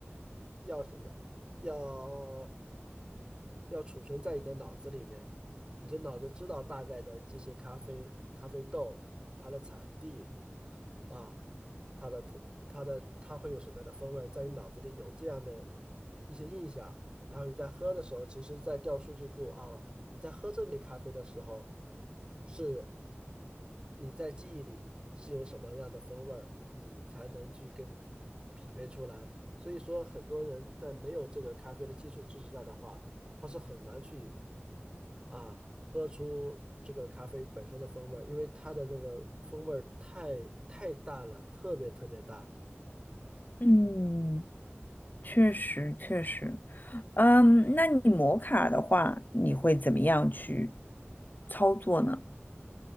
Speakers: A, on the right; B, on the left.
A: 要什么，要要储存在你的脑子里面。你就脑子知道大概的这些咖啡、咖啡豆、它的产地啊，它的特、它的它会有什么样的风味儿在你脑子里有这样的一些印象，然后你在喝的时候，其实在调数据库啊，你在喝这杯咖啡的时候，是你在记忆里是有什么样的风味儿你才能去跟匹配出来。所以说，很多人在没有这个咖啡的基础知识下的话。它是很难去啊喝出这个咖啡本身的风味儿，因为它的那个风味儿太太淡了，特别特别淡。
B: 嗯，确实确实。嗯，那你摩卡的话，你会怎么样去操作呢？